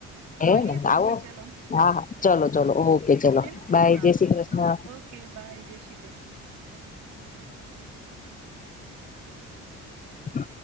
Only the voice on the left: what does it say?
હે
ને
આવો
હા હા ચલો ચલો ઓકે ચલો
બાય
જય શ્રી
કૃષ્ણ
બ